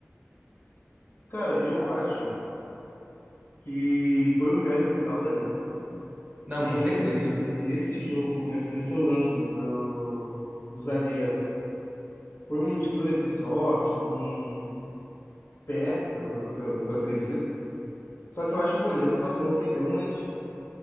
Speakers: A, on the left; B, on the right.
A: Cara, eu acho que foi um mérito total da Inter.
B: Não,
A: E
B: com
A: realmente,
B: certeza.
A: e- ne- nesse jogo, nessa- nesse lance do, do, do zagueiro, foi uma mistura de sorte com pé, pelo que eu, que eu- que eu acredito. Só que eu acho que o goleiro do Barcelona também deu umas.